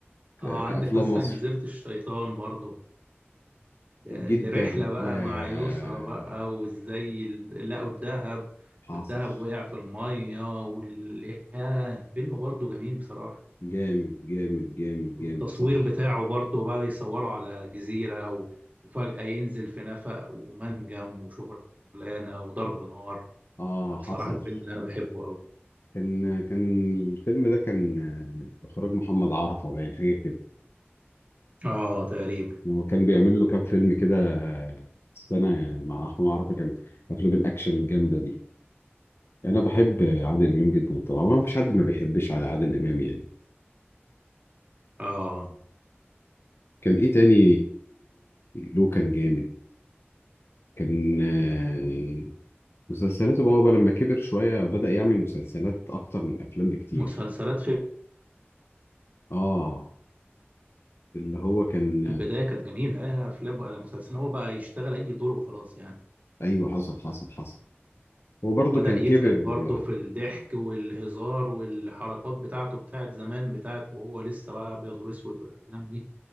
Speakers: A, on the left; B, on the right.
A: ك-
B: اه
A: كأفلام
B: عندك مثلا
A: مصر
B: جزيرة الشيطان برضو الرحلة
A: جدا
B: بقى
A: يا
B: مع يسرى بقى وازاي ال- لقوا الذهب
A: حاصل
B: والذهب وقع في المية وال... ياه، فيلم برضه جميل بصراحة
A: جامد جامد جامد
B: والتصوير
A: جامد صح
B: بتاعه برضه بقى بيصوروا على جزيرة و... وفجأة ينزل في نفق ومنجم وشغلانة وضرب نار
A: اه
B: فبصراحة
A: حصل
B: الفيلم اللي أنا بحبه أوي
A: كان كان الفيلم ده كان آه، اخراج محمد عرفة باين حاجه كده
B: آه تقريبا
A: وكان بيعمل له كام فيلم كده آه، السنه مع احمد عرفة كان افلام الاكشن الجامده دي انا بحب عادل امام جدا طبعا ما فيش حد ما بيحبش على عادل امام يعني
B: آه
A: كان ايه تاني له كان جامد كان آه، مسلسلاته بقى هو بقى لما كبر شويه بدأ يعمل مسلسلات اكتر من افلام بكتير
B: مسلسلات في
A: اه اللي هو كان
B: البداية كانت جميلة آه، أفلام ولا مسلسل هو بقى يشتغل أي دور وخلاص يعني
A: آه، ايوه حصل حصل حصل هو برضو
B: وبدأ
A: كان
B: يتقل
A: كبر
B: برضه
A: اه
B: في الضحك والهزار والحركات بتاعته بتاعت زمان بتاعت وهو لسه بقى أبيض وأسود والأفلام دي